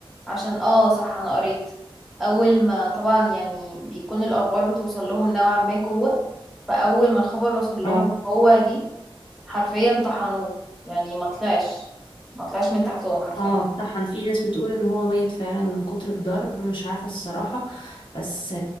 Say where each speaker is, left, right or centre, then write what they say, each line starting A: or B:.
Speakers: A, in the centre; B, on the left (about 60°).
A: عشان اه صح انا قريت اول ما طبعا يعني بيكون الاخبار بتوصل لهم نوعا ما جوه فاول ما الخبر وصل لهم
B: اه
A: هو جه حرفيا طحنوه يعني ما طلعش ما طلعش من تحتهم حرفيا
B: اه طحن في ناس بتقول ان هو ميت فعلا من كتر الضرب مش عارفة الصراحة بس